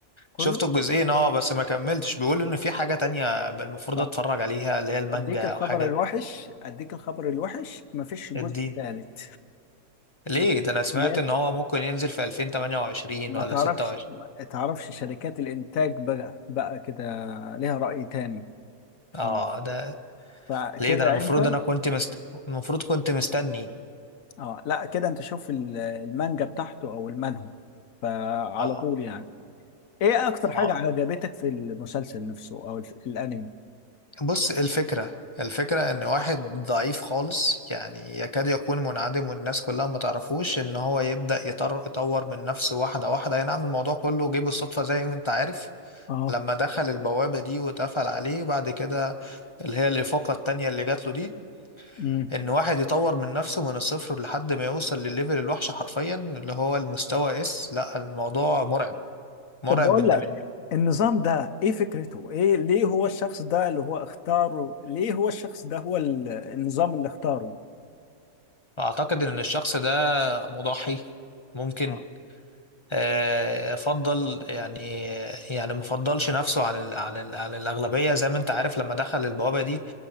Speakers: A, on the left; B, on the left.
A: كله
B: شفت الجزئين اه بس ما كملتش بيقول ان في حاجة تانية المفروض
A: طب
B: اتفرج عليها اللي هي المانجا
A: اديك الخبر
B: او حاجة
A: الوحش اديك الخبر الوحش مفيش جزء
B: الدين
A: ثالث
B: ليه
A: ما-
B: ده انا سمعت
A: يا أخي
B: ان هو ممكن ينزل في 2028
A: ما
B: ولا
A: تعرفش
B: 26
A: ما تعرفش شركات الانتاج بقى, بقى كده ليها رأي تاني ف...
B: اه ده
A: فكده
B: ليه ده انا المفروض
A: انت
B: انا كنت مست... المفروض كنت مستني
A: اه لا كده انت شوف ال- المانجا بتاعته او المنهو فعلى
B: اه
A: طول يعني ايه اكتر
B: اه
A: حاجة عجبتك في المسلسل نفسه او الف- الانمي
B: بص الفكرة الفكرة ان واحد ضعيف خالص يعني يكاد يكون منعدم والناس كلها ما تعرفوش ان هو يبدأ يطر يطور من نفسه واحدة واحدة ينعم الموضوع كله جه بالصدفة زي ما انت عارف
A: اه
B: لما دخل البوابة دي واتقفل عليه بعد كده اللي هي الإفاقة التانية اللي جات له دي
A: امم
B: ان واحد يطور من نفسه من الصفر لحد ما يوصل للليفل الوحش حرفيا اللي هو المستوى اس لا الموضوع مرعب مرعب
A: طب بقول
B: ان
A: لك
B: من
A: النظام ده ايه فكرته ايه ليه هو الشخص ده اللي هو اختاره ليه هو الشخص ده هو ال- النظام اللي اختاره
B: اعتقد ان الشخص ده مضحي ممكن
A: اه
B: آه، فضل يعني يعني ما فضلش نفسه عن ال عن ال عن الأغلبية زي ما انت عارف لما دخل البوابة دي